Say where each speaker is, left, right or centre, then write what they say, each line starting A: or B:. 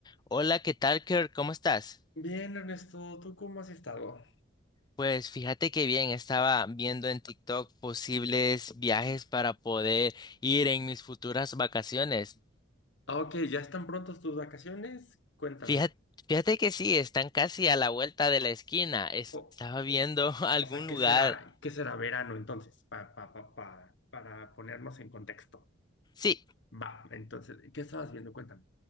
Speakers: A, on the left (about 20°); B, on the left (about 65°).
A: Hola, ¿qué tal, Kirk? ¿Cómo estás?
B: Bien, Ernesto, ¿tú cómo has estado?
A: Pues fíjate que bien, estaba viendo en TikTok posibles viajes para poder ir en mis futuras vacaciones.
B: Ah, Ok, ¿ya están prontos tus vacaciones? Cuéntame.
A: Fíjate, fíjate que sí, están casi a la vuelta de la esquina. Es-
B: O,
A: Estaba viendo <laughs> algún
B: o sea, ¿qué
A: lugar.
B: será, qué será verano entonces? Pa, pa, pa, pa- para ponernos en contexto.
A: Sí,
B: Va, entonces, ¿qué estabas viendo? Cuéntame.